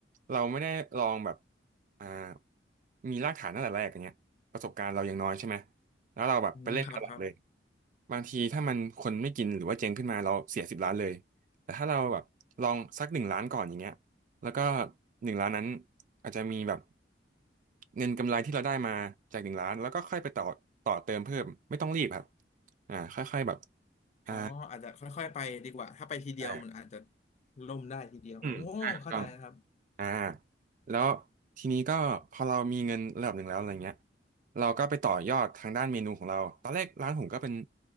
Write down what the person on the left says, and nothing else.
อืมครับครับ
อ๋ออาจจะค่อยๆไปดีกว่าถ้าไปทีเดียวมันอาจจะ
ล่มได้ทีเดียวโอ้เข้าใจครับ